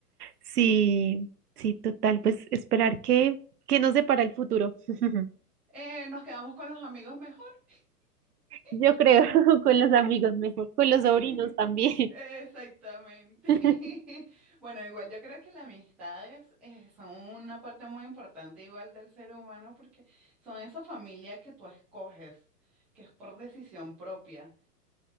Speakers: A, on the right; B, in the centre.
A: Sí, sí, total, pues esperar que, que nos depara el futuro. <laughs>
B: Eh, nos quedamos con los amigos mejor.
A: Yo
B: <laughs>
A: creo, <laughs> con los amigos mejor, con los sobrinos
B: <laughs>
A: también.
B: Exactamente.
A: <laughs>
B: <laughs> Bueno, igual yo creo que las amistades eh, son una parte muy importante igual del ser humano porque son esa familia que tú escoges, que es por decisión propia.